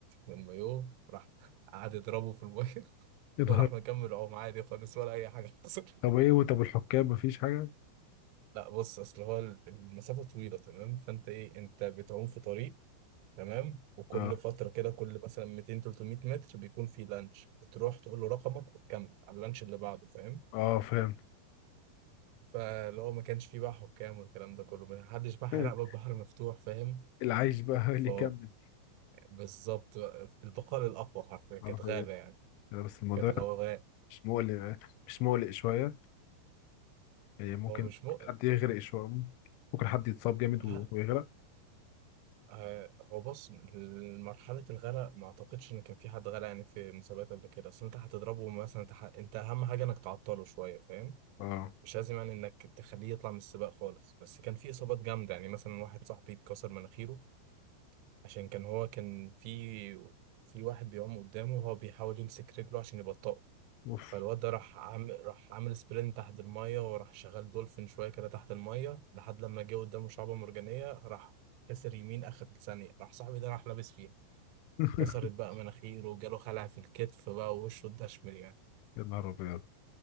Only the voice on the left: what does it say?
يا نهار
طب ايه وطب الحكام مفيش حاجة؟
اه
اه فاهم
<laughs>
العيش بقى هو
اللي يكمل
حرفيا
أنا بس الموضوع
مش مقلق يعني مش مقلق شوية يعني ممكن
حد يغرق شوية ممكن حد يتصاب جامد
و- ويغرق
اه
اوف
<laughs>
يا نهار ابيض